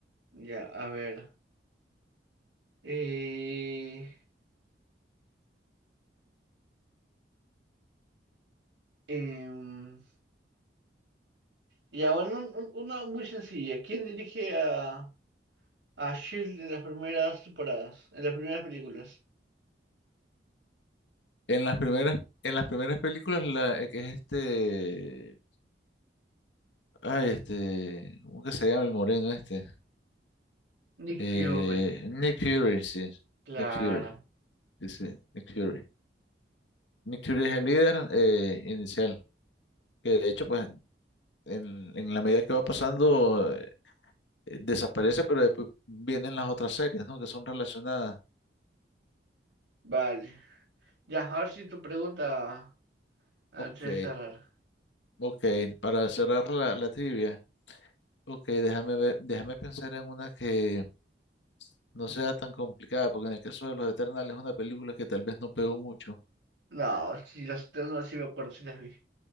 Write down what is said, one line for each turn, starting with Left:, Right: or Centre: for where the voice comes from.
Right: Ya, a ver. Eh, Em, ya, bueno, un- un- una muy sencilla. ¿Quién dirige a, a Shield en las primeras temporadas, en las primeras películas?
Left: En las primeras, en las primeras películas, la, eh, que es este, ay, este, ¿cómo que se llama el moreno este?
Right: Nick
Left: Eh,
Right: Fury,
Left: Nick Fury, sí,
Right: claro.
Left: Nick Fury, sí, sí, Nick Fury. Nick Fury es el líder eh, inicial, que de hecho, pues, en, en la medida que va pasando, eh, desaparece, pero después vienen las otras series, ¿no? Que son relacionadas.
Right: Vale. Ya, a ver si tu pregunta antes
Left: Ok,
Right: de cerrar.
Left: ok, para cerrar la, la trivia, ok, déjame ver, déjame pensar en una que... no sea tan complicada, porque en el caso de Los Eternals es una película que tal vez no pegó mucho.
Right: No, si las no, sí me acuerdo, sí las vi.